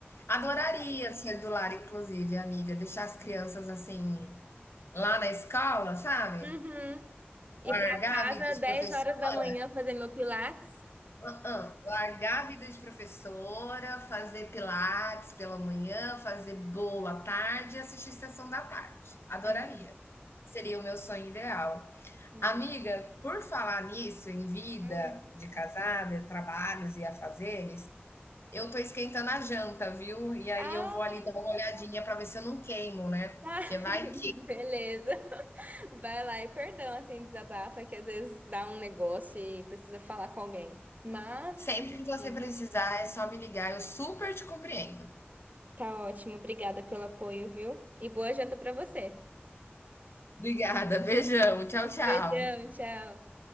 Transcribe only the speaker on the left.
Adoraria ser do lar, inclusive, amiga. Deixar as crianças assim Lá na escola, sabe?
Largar
a vida
de professora?
Hã-hã. Largar a vida de professora, fazer pilates pela manhã, fazer bolo à tarde e assistir Sessão da Tarde. Adoraria.
Seria o meu sonho ideal.
Amiga, por falar nisso, em vida
de casada, trabalhos e afazeres, eu tô esquentando a janta, viu? E aí
eu vou ali dar uma olhadinha para ver se eu não queimo, né?
Porque vai
Sempre que você
precisar, é só me ligar, eu super te compreendo.
Obrigada, beijão, tchau, tchau.